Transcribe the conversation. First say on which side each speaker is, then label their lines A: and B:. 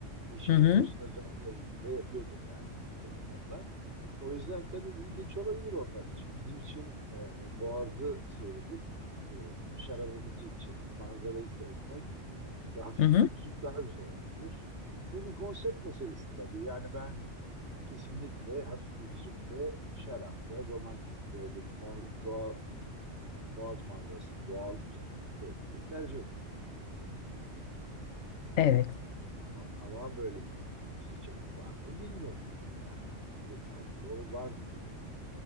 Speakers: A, on the right; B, on the left.
A: eşine
B: Hı hı.
A: dostuna canlı yayın bile yapıyordur yani telefonla. O yüzden tabii ilginç olabilir onlar için. Bizim için e, Boğaz'ı seyredip e, şarabımızı içip manzarayı seyretmek ve hafif
B: Hı hı.
A: bir müzik daha güzel olabilir. Bu bir konsept meselesi tabii. Yani ben kesinlikle hafif bir müzikte, şarapta, romantik böyle mo- doğa Boğaz manzarasının doğal güzelliğini seyretmeyi tercih ederim.
B: Evet.
A: Ama ama böyle bir seçenek var mı bilmiyorum tabii yani olabilir belki de olur vardır yani.